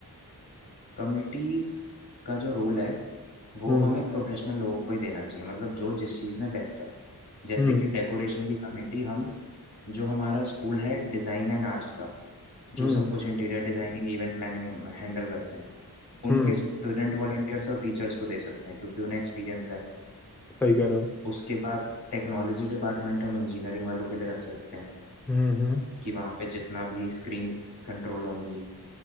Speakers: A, on the left (about 80°); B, in the centre.
A: कमिटीज का जो रोल है वो
B: हम्म
A: हमें प्रोफेशनल लोगों को ही देना चाहिए मतलब जो जिस चीज़ में बेस्ट है जैसे
B: हम्म
A: कि डेकोरेशन की कमेटी हम जो हमारा स्कूल है डिज़ाइन एंड आर्ट्स का
B: हम्म
A: जो सब कुछ interior designing event planning handle करते हैं उनके
B: हम्म
A: स्टूडेंट वॉलेंटियर्स और टीचर्स को दे सकते हैं क्योंकि उन्हें एक्सपीरियंस है
B: सही कह रहे हो
A: उसके बाद टेक्नोलॉजी डिपार्टमेंट हम इंजीनियरिंग वालों के लिए रख सकते हैं
B: हम्म हम्म
A: कि वहाँ पे जितना भी स्क्रीन्स कंट्रोल होंगी